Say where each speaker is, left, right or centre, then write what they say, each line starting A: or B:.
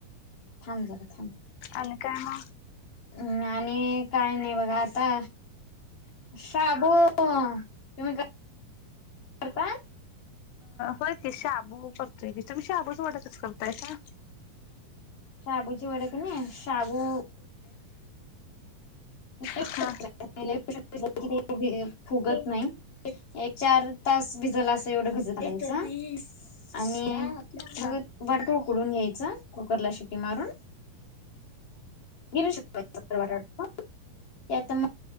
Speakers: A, on the left; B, on the left.
A: थांब जरा थांब...
B: अ काय म...
A: हम् आणि काय नाही बघा आता... शाबू तुम्ही करता..
B: हो की शाबू करतोय की तुम्ही शाबूचा वडा करताय का
A: शाबूची वेडे कसे नाही शाबू.. <unintelligible>
B: हा
A: भ फुगत नाही एक चार तास भिजल अस एवढं
B: हा
A: भिजत त्यांच... आणि मग
B: हा
A: बटाट उकडून घ्यायच कुकर ला शिटी मारून घेऊ शकतो त्याव..